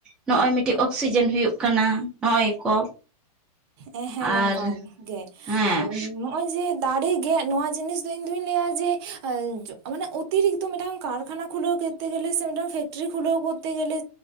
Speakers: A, in the centre; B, on the right.
A: ᱱᱚᱜ ᱚᱭ ᱢᱤᱫᱴᱤᱡ ᱚᱠᱥᱤᱡᱮᱱ ᱦᱩᱭᱩᱜ ᱠᱟᱱᱟ, ᱱᱚᱜ ᱚᱭ ᱠᱚ᱾
B: ᱦᱮ ᱦᱮᱸ ᱱᱚᱝᱠᱟ
A: ᱟᱨ
B: ᱜᱮ,
A: ᱦᱮᱸ
B: ᱟᱨ ᱱᱚᱜ ᱚᱭ ᱡᱮ ᱫᱟᱨᱮ ᱜᱮᱫ ᱱᱚᱣᱟ ᱡᱤᱱᱤᱥ ᱫᱚ ᱤᱧ ᱫᱩᱧ ᱞᱟᱹᱭᱟ ᱡᱮ, ᱢᱟᱱᱮ ᱚᱛᱤᱨᱤᱠᱛᱚ ᱛᱚ ᱢᱤᱫᱴᱟᱝ ᱠᱟᱨᱠᱷᱟᱱᱟ ᱠᱷᱩᱞᱟᱹᱣ ᱠᱚᱨᱛᱮ ᱜᱮᱞᱮ ᱥᱮ, ᱢᱤᱫᱴᱟᱝ ᱯᱷᱮᱠᱴᱨᱤ ᱠᱷᱩᱞᱟᱣ ᱠᱚᱨᱛᱮ ᱜᱮᱞᱮ,